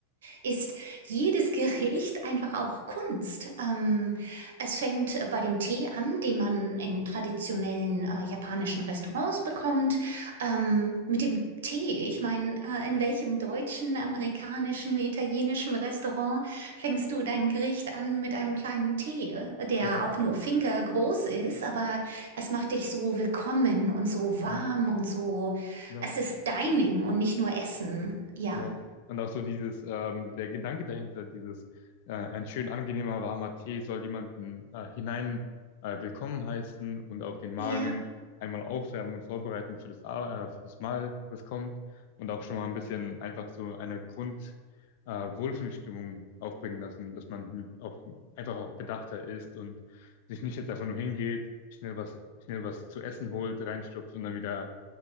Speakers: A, on the right; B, on the left.
A: ist jedes Gericht einfach auch Kunst. Ähm, es fängt bei dem Tee an, den man in traditionellen äh, japanischen Restaurants bekommt. Ähm, mit dem Tee, ich meine, äh, in welchem deutschen, amerikanischen, italienischen Restaurant fängst du dein Gericht an mit einem kleinen Tee, der
B: Genau,
A: auch nur fingergroß ist, aber es macht dich so willkommen und so warm
B: genau,
A: und so,
B: genau.
A: es ist Dining und nicht nur Essen. Ja.
B: Genau. Und auch so dieses, ähm, der Gedanke dahinter, dieses, äh, ein schön angenehmer warmer Tee soll jemanden äh, hinein äh, willkommen heißen und auch den Magen
A: Ja.
B: einmal aufwärmen und vorbereiten für das, A- äh, für das Mahl, das kommt. Und auch schon mal ein bisschen einfach so eine Grund, äh, Wohlfühlstimmung aufbringen lassen, dass man mit auch, einfach auch bedachter ist und sich nicht jetzt einfach nur hingeht, schnell was, schnell was zu essen holt, reinstopft und dann wieder